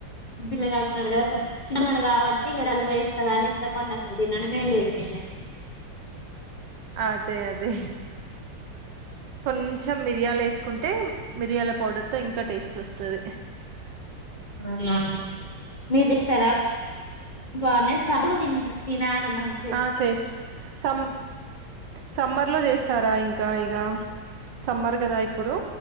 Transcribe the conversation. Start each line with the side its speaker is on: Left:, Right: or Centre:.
Left: ల్లాడు ఉన్నాడు కదా చిన్నోడు కాబట్టి <unintelligible> అని చెప్పండి అసలు దీని అని మే లేదు నేనైతే
Right: అదే అది కొంచెం మిరియాల వేసుకుంటే మిరియాల పౌడర్ తో ఇంకా టేస్ట్ వస్తది
Left: అవునా మీరు ఇస్తారా బాగు చప్పుడు తింట తినాలి మంచి
Right: ఆ చేస్త సమ్ సమ్మర్ లో చేస్తారా ఇంకా ఇగా సమ్మర్ కదా ఇప్పుడు